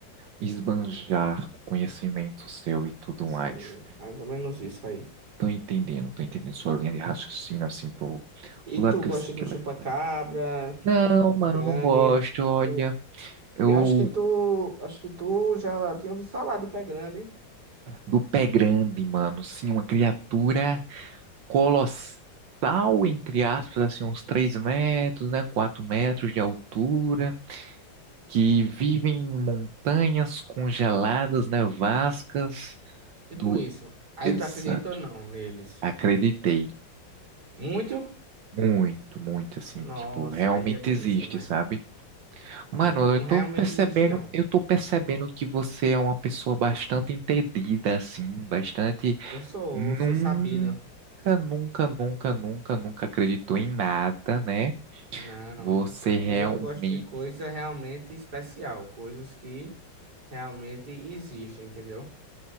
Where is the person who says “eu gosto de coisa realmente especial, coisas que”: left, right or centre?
Right